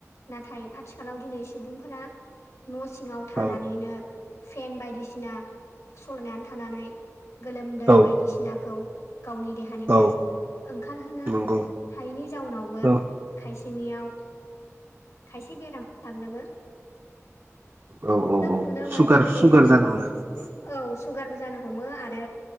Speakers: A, on the left; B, on the right.
A: नाथाय आथिखालाव दिनै सुबुंफोरा न' सिङाव थानानैनो
B: औ
A: फेन बायदिसिना सालायनानै थानानै गोलोमदै
B: औ
A: बायदिसिनाखौ गावनि देहानिफ्राय
B: औ
A: ओंखारहोनो
B: नंगौ
A: हायैनि जाउनावबो
B: औ
A: खायसेनियाव खायसे बेराम जाग्लोबो
B: औ औ औ
A: नुनो
B: सुगार
A: मोनदों जे
B: सुगार जादोंमोन आरो
A: औ सुगारबो जानो हमो आरो